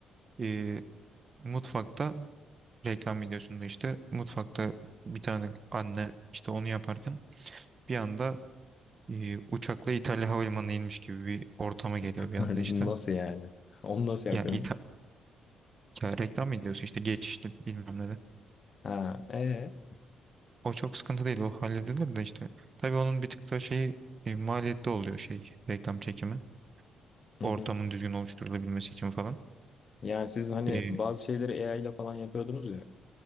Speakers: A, on the right; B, on the left.
A: E, mutfakta reklam videosunda işte mutfakta bir tane anne işte onu yaparken bir anda e, uçakla İtalya Havalimanı'na inmiş gibi bir ortama geliyor
B: <laughs>
A: bir anda işte.
B: Nasıl yani? Onu nasıl yapıyorsunuz?
A: Ya, İta- ya reklam ediyorsun işte geçişli bilmem ne de.
B: Ha, ee?
A: O çok sıkıntı değil o halledilir de işte. Tabii onun bir tık da şeyi e, maliyetli oluyor şey reklam çekimi. Ortamın
B: Hı hı.
A: düzgün oluşturulabilmesi için falan.
B: Yani siz hani
A: E,
B: bazı şeyleri AI ile falan yapıyordunuz ya.